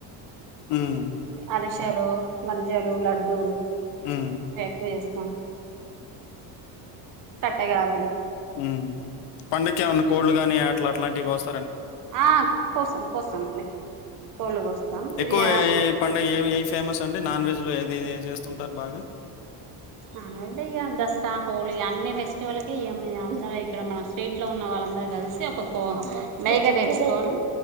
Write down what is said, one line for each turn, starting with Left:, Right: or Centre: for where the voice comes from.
Left: హ్మ్.
Right: అరే పక్షలు మరిజలు లడ్డూలు
Left: హ్మ్.
Right: ఇ ఎక్కువ చేస్తూ ఉంటాం కట్టే కారలు
Left: ఉ పండగకే ఏమన్నా కోళ్లు గాని అట్లా అట్లాంటివి వస్త
Right: ఆ కోసాం కోస్తామండి కోళ్ళు కోస్తాం
Left: ఎక్కువ
Right: ఇగ
Left: పడుగ ఏ ఏ ఫేమస్ అంటే నాన్ వెజ్ లో ఇది చేస్తుంటారు బాగా
Right: అ ఏద ఈ దసరా హలీ అన్ని ఫస్ వాళ్ళకి అందర ఇక్కడ మన స్ట్రీట్ లో ఉన్న వాళ్ళందరు కలిసి ఒకొక్క బేక తెచ్చుకని